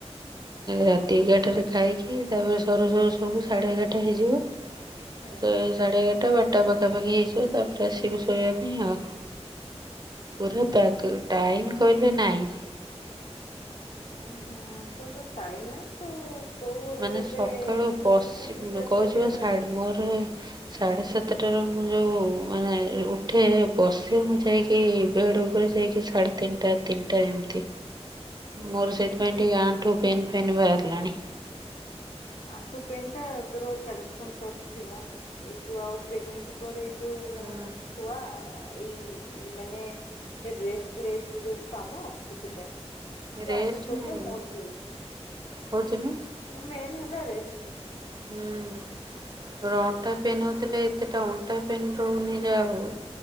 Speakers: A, on the right (about 40°); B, on the left (about 75°).
A: ରାତି ଏଗାରଟାରେରେ ଖାଇକି ତାପରେ ସରୁ ସରୁ ସବୁ ସାଢେ ଏଗାରଟା ହେଇଯିବ।
B: ହୁଁ
A: ସେ ସାଢେ ଏଗାରଟା ବାରଟା ପାଖାପାଖି ହେଇଯିବ, ତାପରେ ଆସିବୁ ଶୋଇବା ପାଇଁ ଆଉ। ପୁରା ପ ଟାଇମ କହିଲେ ନାଇଁ?
B: ହୁଁ ହୁଁ ତ ଟାଇମ ନାଇଁ ତୁ। କୋଉ
A: ମାନେ
B: ଏବେ
A: ସକାଳୁ ବସି
B: କହୁଛୁ ପ୍ରିପେୟାର
A: କହୁଛିିବା
B: କରିବା ପାଇଁ।
A: ମୋର। ସାଢେ ସାତଟାରୁ ମୁଁ ଯୋଉ ମାନେ ଉଠେ ବସେ ମୁଁ ଯାଇକି। କି ବେଡ ଉପରେ ଯାଇକି ସାଢେ ତିନିଟା ତିନିଟା ଏମିତି। ମୋର ସେଇଥିପାଇଁ ଟିକେ ଆଣ୍ଠୁ ଫେନ୍ ଫେନ୍ ବାହାରିଲାଣି।
B: ଆଠୁ ପେଣ୍ଟ ତୋର କ୍ୟାଲସିୟ ଶ ଥିବ ଏଇ ଯୋଉ ଆଉ ପ୍ରେଗନନ୍। ତା ପରେରେ ଯୋଉ
A: ହୁଁ
B: ହିଁ ଆ ଏଇ ମାନେ ରେ୍ ଯୋଉ କାମ ସେ ସେଥିପାଇଁ
A: ରେଷ୍ଟ
B: ଆଠୁ ପ୍ରୋବ୍ଲେ
A: ନାଇଁ
B: ମୋର ବି ଅଛି।
A: କହୁଛି ନା
B: ମୁମେ ଏନ ହେଲାାରେ ଏଷ୍ଟୁ।
A: ହୁଁ ରଣଟା ପିନ୍ନଉଥିଲେ। ଏତେଟା ଅଣ୍ଟା ପେନ୍ ରହୁନି ଯାହା ହେଉ